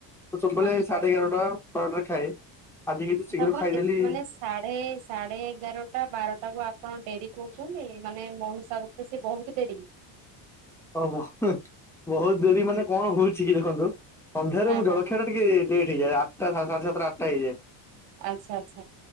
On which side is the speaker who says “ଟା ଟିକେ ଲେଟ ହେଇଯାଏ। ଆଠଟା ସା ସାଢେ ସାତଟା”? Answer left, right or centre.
Centre